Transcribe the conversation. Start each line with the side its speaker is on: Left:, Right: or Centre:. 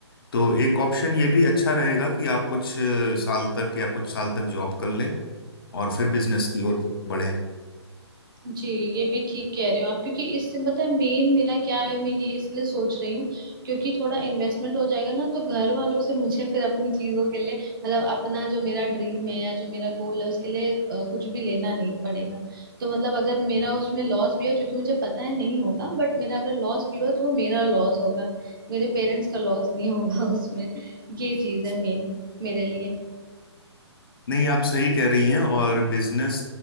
Left: तो एक ऑप्शन ये भी अच्छा रहेगा कि आप कुछ साल तक या कुछ साल तक जॉब कर लें और फिर बिजनेस की ओर बढ़े
Right: जी ये भी ठीक कह रहे हो आप क्योंकि इससे मतलब मेन मेरा क्या है मैं ये इसलिए सोच रही हूँ क्योंकि थोड़ा इन्वेस्टमेंट हो जाएगा ना तो घर वालों से मुझे फिर अपनी चीजों के लिए मतलब अपना जो मेरा ड्रीम है या जो मेरा गोल है उसके लिए अ, कुछ भी लेना नहीं पड़ेगा तो मतलब अगर मेरा उसमें लॉस भी हो जो कि मुझे पता है नहीं होगा बट मेरा अगर लॉस भी हुआ तो वो मेरा लॉस होगा मेरे पेरेंट्स का लॉस नहीं होगा <laughs> उसमें ये चीज है मेन मेरे लिए
Left: नहीं आप सही कह रही हैं और बिजनेस